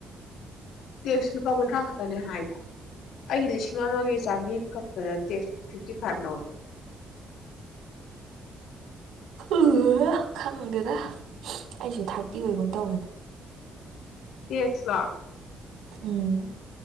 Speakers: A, on the left; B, on the right.
A: ꯇꯦꯛꯁ ꯂꯨꯄꯥ ꯀꯨꯟꯊ꯭ꯔꯥ ꯈꯛꯇꯅꯦ ꯍꯥꯏꯗ ꯑꯩꯒꯤ ꯂꯤꯁꯤꯡ ꯑꯃꯒꯤ ꯆꯥꯝꯃꯔꯤ ꯀꯛꯄꯗ ꯇꯦꯛꯁ ꯐꯤꯐꯇꯤ ꯐꯥꯏꯚ ꯂꯧꯔ
B: ꯎ ꯈꯪꯗꯦꯗ ꯑꯩꯁꯨ ꯊꯥꯔꯇꯤ ꯑꯣꯏꯒꯨꯝꯅ ꯇꯧꯕꯅꯦ
A: ꯌꯦꯠꯁꯂ
B: ꯎꯝ